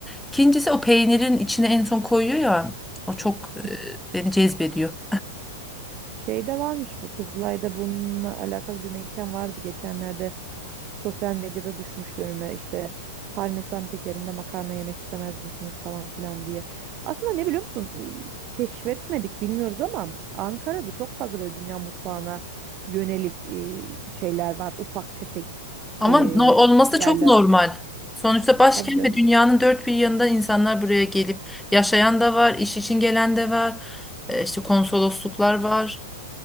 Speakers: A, in the centre; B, on the right.
A: İkincisi o peynirin içine en son koyuyor ya. O çok e,
B: Hı hı.
A: beni cezbediyor.
B: Şeyde varmış bu Kızılay'da bununla alakalı bir mekan vardı geçenlerde. Sosyal medyada düşmüştü önüme işte parmesan tekerinde makarna yemek istemez misiniz falan filan diye. Aslında ne biliyor musun? Ee, Keşfetmedik bilmiyoruz ama Ankara'da çok fazla böyle dünya mutfağına yönelik e, şeyler var. Ufak tefek
A: Ama
B: e,
A: no- olması
B: yerler.
A: da çok normal. Sonuçta başkent
B: Tabii canım.
A: ve dünyanın dört bir yanından insanlar buraya gelip yaşayan da var, iş için gelen de var. E, işte konsolosluklar var.